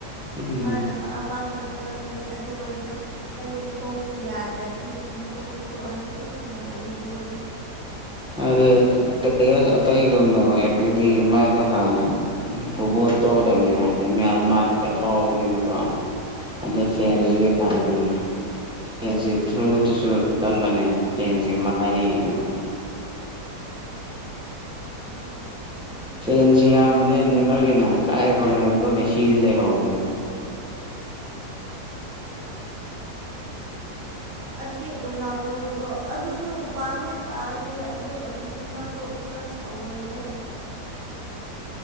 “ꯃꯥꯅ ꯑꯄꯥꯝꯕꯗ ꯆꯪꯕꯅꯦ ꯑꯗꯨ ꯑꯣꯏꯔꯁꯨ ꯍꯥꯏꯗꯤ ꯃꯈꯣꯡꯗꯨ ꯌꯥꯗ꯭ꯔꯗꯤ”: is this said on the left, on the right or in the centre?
Right